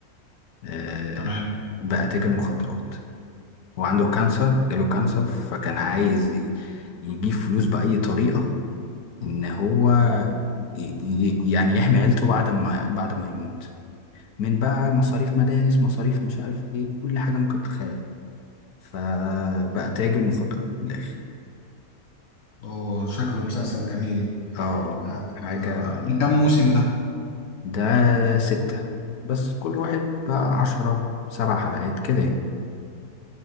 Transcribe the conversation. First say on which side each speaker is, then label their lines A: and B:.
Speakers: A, on the left (about 80°); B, on the left (about 60°).
A: آه،
B: تمام
A: بقى تاجر مخدرات هو عنده كانسر جاله كانسر فكان عايز ي- يجيب فلوس بأي طريقة ان هو ي- ي- يعني يحمي عيلته بعد ما بعد ما يموت من بقى مصاريف مدارس مصاريف مش عارف ايه كل حاجة ممكن تتخيلها فبقى تاجر مخدرات من الآخر
B: اوه شكله مسلسل جميل
A: اه
B: آه،
A: حاجة
B: آه، من كام موسم ده
A: ده ستة بس كل واحد بقى عشرة سبع حلقات كده يعني